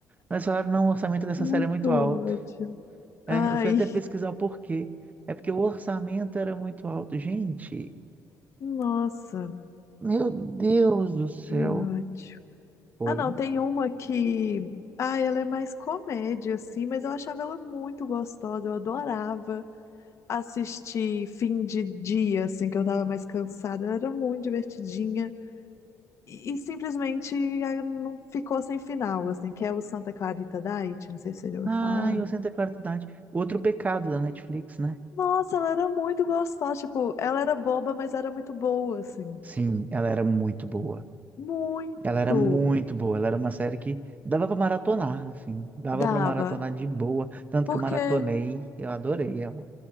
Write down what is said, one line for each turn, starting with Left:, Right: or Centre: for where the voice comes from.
Right: Mas falaram, não, o orçamento dessa
Left: muito
Right: série é muito alto.
Left: ódio.
Right: É,
Left: Ai,
Right: eu fui até pesquisar o porquê. É porque o orçamento era muito alto. Gente,
Left: <laughs> nossa,
Right: meu Deus do céu.
Left: que ódio.
Right: Foi.
Left: Ah, não, tem uma que. Ah, ela é mais comédia, assim, mas eu achava ela muito gostosa, eu adorava. assistir fim de dia, assim, que eu tava mais cansada. Era muito divertidinha. E, e simplesmente ah, não ficou sem final, assim, que é o Santa Clarita Diet, não sei se você já ouviu
Right: Ai,
Left: falar.
Right: eu sinto a claridade. Outro pecado da Netflix, né?
Left: Nossa, ela era muito gostosa, tipo, ela era boba, mas era muito boa, assim.
Right: Sim, ela era muito boa.
Left: Muito
Right: Ela era muito boa. Ela era uma série que dava pra maratonar, assim. Dava
Left: dava,
Right: pra maratonar de boa. Tanto
Left: porque
Right: que eu maratonei. Eu adorei ela.